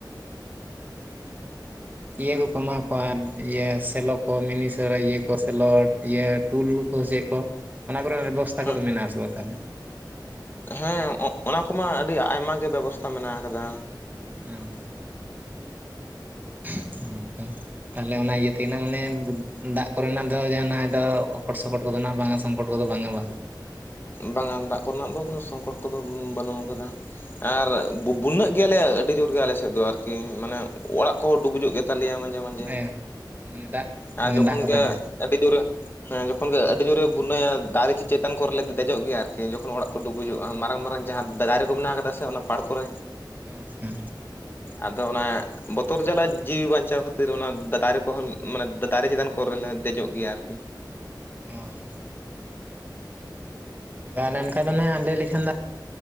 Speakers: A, on the right; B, on the left.
A: ᱤᱭᱟᱹ ᱠᱚᱠᱚ ᱮᱢᱟ ᱠᱚᱣᱟ ᱤᱭᱟᱹ ᱥᱮᱞᱚ ᱠᱚ ᱢᱤᱱᱤ ᱥᱮ ᱤᱭᱟᱹ ᱠᱚ ᱥᱮᱞᱳ ᱤᱭᱟᱹ ᱴᱩᱞᱩ ᱠᱚ ᱪᱮᱫ ᱠᱚ ᱚᱱᱟ ᱠᱚᱨᱮᱱᱟᱜ ᱵᱮᱵᱚᱥᱛᱛᱟ
B: ᱦᱮᱸ
A: ᱠᱚᱫᱚ ᱢᱮᱱᱟᱜᱼᱟᱥᱮ ᱵᱟᱝ ᱛᱟᱦᱚᱞᱮ?
B: ᱦᱮᱸ ᱚᱱᱟ ᱠᱚᱢᱟ ᱟᱹᱰᱤ ᱟᱭᱢᱟ ᱜᱮ ᱵᱮᱵᱚᱥᱛᱟ ᱢᱮᱱᱟᱜ ᱟᱠᱟᱫᱟ᱾
A: ᱦᱚᱸ <inaudible> ᱛᱟᱦᱚᱞᱮ ᱚᱱᱟ ᱤᱭᱟᱹ ᱛᱤᱱᱟᱦ ᱢᱟᱱᱮ ᱫᱟᱜ ᱠᱚᱨᱮᱱᱟᱜ ᱫᱚ ᱡᱟᱦᱟᱱᱟ ᱫᱚ ᱚᱠᱚᱴ ᱥᱚᱠᱚᱴ ᱠᱚᱫᱚ ᱱᱟᱜ ᱵᱟᱝ ᱥᱚᱝᱠᱚᱴ ᱠᱚᱫᱚ ᱵᱟᱝ-ᱟ ᱵᱟᱝ᱾
B: ᱵᱟᱝᱼᱟ ᱫᱟᱜ ᱠᱚᱨᱮᱱᱟᱜ ᱫᱚ ᱠᱳᱚᱱ ᱥᱚᱝᱠᱚᱴ ᱠᱚᱫᱚ ᱵᱟᱹᱱᱩᱜ ᱟᱠᱟᱫᱟ᱾ ᱟᱨ ᱵᱩᱼᱵᱩᱱᱟᱹ ᱜᱮᱭᱟᱞᱮ ᱟᱹᱰᱤ ᱡᱳᱨ ᱜᱮ ᱟᱞᱮ ᱥᱮᱫ ᱫᱚ ᱟᱨᱠᱤ, ᱢᱟᱱᱮ ᱚᱲᱟᱜ ᱠᱚᱦᱚᱸ ᱰᱩᱵᱩᱡᱚᱜ ᱜᱮ ᱛᱟᱞᱮᱭᱟ ᱢᱟᱡᱮ, ᱢᱟᱡᱮ
A: ᱦᱮᱸ ᱢᱟᱱᱮ ᱫᱟᱜ
B: ᱟᱨ ᱡᱚᱠᱷᱚᱱ
A: ᱫᱟᱜ ᱠᱚᱛᱮ
B: ᱜᱮ
A: ᱱᱟᱜ
B: ᱟᱹᱰᱤ ᱡᱳᱨᱮ ᱦᱮᱸ ᱡᱚᱠᱷᱚᱱ ᱜᱮ ᱟᱹᱰᱤ ᱡᱳᱨᱮ ᱵᱩᱱᱟᱹᱭᱟ ᱫᱟᱨᱮ ᱪᱮᱛᱟᱱ ᱠᱚᱨᱮᱞᱮ ᱫᱮᱡᱚᱜ ᱜᱮᱭᱟ ᱾ ᱡᱚᱠᱷᱚᱱ ᱚᱲᱟᱜ ᱠᱚ ᱰᱩᱵᱩᱡᱚᱜᱼᱟ, ᱢᱟᱨᱟᱝ ᱢᱟᱨᱟᱝ ᱡᱟᱦᱟᱸ ᱫᱟᱨᱮ ᱠᱚ ᱢᱮᱱᱟᱜ ᱠᱟᱫᱟ ᱥᱮ ᱚᱱᱟ ᱯᱟᱲ ᱠᱚᱨᱮ
A: ᱟᱪᱪᱷᱟ,
B: ᱟᱫᱚ ᱚᱱᱟ ᱵᱚᱛᱚᱨ ᱡᱟᱞᱟ ᱡᱤᱣᱤ ᱵᱟᱧᱪᱟᱣ ᱠᱷᱟᱹᱛᱤᱨ ᱚᱱᱟ ᱫᱟᱨᱮ ᱠᱚᱦᱚᱸ ᱢᱟᱱᱮ ᱫᱟᱨᱮ ᱪᱮᱛᱟᱱ ᱠᱚᱨᱮᱞᱮ ᱫᱮᱡᱚᱜ ᱜᱮᱭᱟ ᱾ ᱟᱨᱠᱤ᱾
A: ᱚ ᱟᱫᱚ ᱚᱱᱠᱟ ᱫᱚ ᱱᱟᱜᱜ ᱞᱟᱹᱭ ᱞᱮᱠᱷᱟᱱ ᱫᱚ